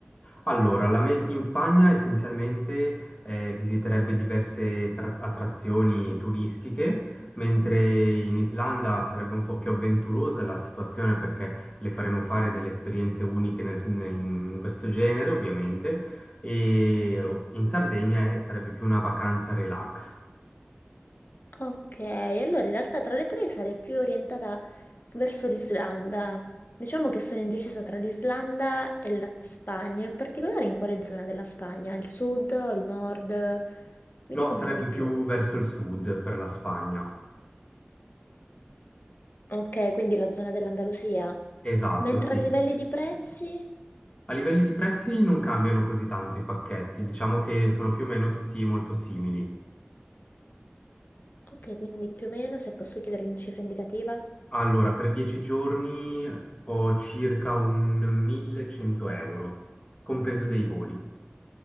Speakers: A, on the left; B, on the left.
A: Allora, la me- in Spagna essenzialmente eh, visiterebbe diverse tra- attrazioni turistiche, mentre in Islanda sarebbe un po' più avventurosa la situazione perché le faremo fare delle esperienze uniche nel- nel- in questo genere, ovviamente, e oh, in Sardegna eh, sarebbe più una vacanza relax.
B: Ok, allora in realtà tra le tre sarei più orientata verso l'Islanda. Diciamo che sono indecisa tra l'Islanda e la Spagna, in particolare in quale zona della Spagna? Il sud, il nord? Mi dica
A: No, sarebbe
B: un po' di più.
A: più verso il sud per la Spagna.
B: Ok, quindi la zona dell'Andalusia.
A: Esatto,
B: Mentre
A: sì.
B: a livelli di prezzi?
A: A livelli di prezzi non cambiano così tanto i pacchetti, diciamo che sono più o meno tutti molto simili.
B: Ok, quindi più o meno, se posso chiedere una cifra indicativa?
A: Allora, per 10 giorni ho circa un 1100 euro, compreso dei voli.